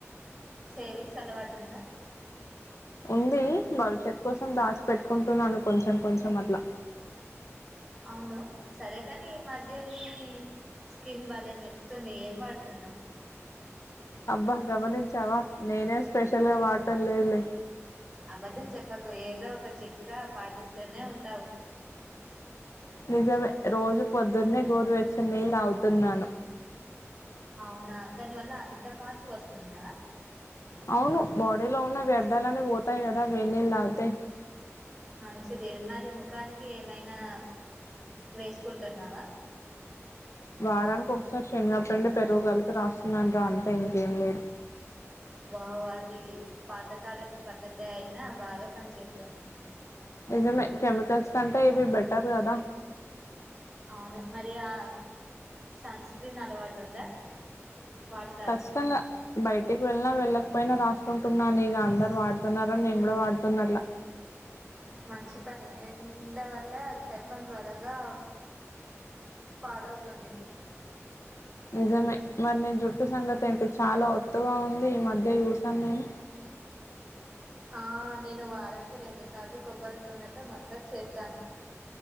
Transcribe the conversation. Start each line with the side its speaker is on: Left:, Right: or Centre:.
Centre: సేవింగ్స్ అలవాటు ఉందా
Left: ఉంది భవిష్యత్ కోసం దాచిపెట్టుకుంటున్నాను కొంచెం కొంచెం అట్లా
Centre: అవును సరే కానీ ఈ మధ్య నీ స్కిన్ బలే మెరుస్తుంది ఏం వాడుతున్నావు.
Left: అబ్బా గమనించావా నేనే స్పెషల్ గా వాడటం లేదులే
Centre: అబద్ధం చెప్పకు ఏదో ఒక చిట్కా పాటిస్తూనే ఉంటావు.
Left: నిజమే రోజు పొద్దున్నే గోరువేచ్చని నీళ్ళు తాగుతున్నాను.
Centre: అవునా దాని వల్ల అన్ అంత మార్పు వస్తుందా
Left: అవును బాడీలో ఉన్న వ్యర్థాలన్నీ పోతాయి కదా వెన్నెళ్ళు తాగితే
Centre: మంచిది మరి ముఖానికి ఏమైనా వేసుకుంటున్నావా
Left: వారానికి ఒకసారి శనగ పిండి పెరుగు కలిపి రాస్తున్నాను రా అంతే ఇంకేం లేదు.
Centre: వావా్ అది పాతకాలపు పద్ధతే అయినా బాగా పనిచేస్తుంది.
Left: నిజమే కెమికల్స్ కంటే ఇవి బెటర్ కదా
Centre: అవును మరి ఆ సన్ స్క్రీన్ అలవాటు ఉందా వాడుతావా
Left: ఖచ్చితంగా
Centre: నువ్వు
Left: బయటికి వెళ్ళిన వెళ్ళ పోయిన రాసుకుంటున్నాను ఇక అందరు వాడుతున్నారని నేను కూడా వాడుతున్న అట్ల
Centre: మంచి పని ఎండ వల్ల చర్మం త్వరగా పాడవుతుంది
Left: నిజమే మరి నే జుట్టు సంగతి ఏంటి చాలా ఒత్తుగా ఉంది ఈ మధ్య చూసాను నేను
Centre: ఆ నేను వారానికి రెండు సార్లు కొబ్బరి నూనెతో మసాజ్ చేస్తాను